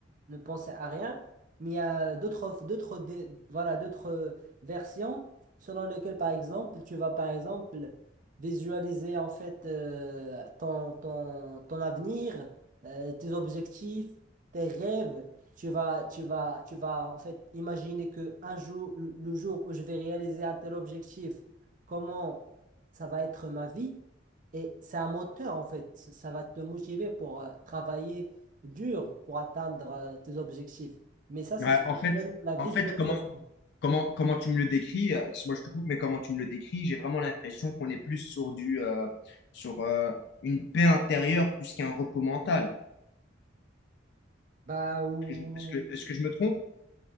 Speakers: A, on the right; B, on the left.
A: ne penser à rien. Mais il y a d'autres, d'autres, dé- voilà, d'autres versions selon lesquelles, par exemple, tu vas, par exemple, visualiser en fait euh, ton, ton, ton avenir euh, tes objectifs, tes rêves. Tu vas, tu vas, tu vas en fait imaginer que un jour, le le jour où je vais réaliser un tel objectif, comment ça va être ma vie. Et c'est un moteur en fait. Ça ça va te motiver pour euh, travailler dur pour atteindre euh, tes objectifs. Mais ça, c'est
B: Ouais,
A: ce qu'on
B: en fait,
A: appelle la visualisation.
B: en fait, comment, comment, comment tu me le décris, euh, excuse-moi, je te coupe, mais comment tu me le décris, j'ai vraiment l'impression qu'on est plus sur du, euh, sur euh, une paix intérieure plus qu'un repos mental.
A: Bah, ou-
B: Est-ce que, je est-ce que- est-ce que je me trompe?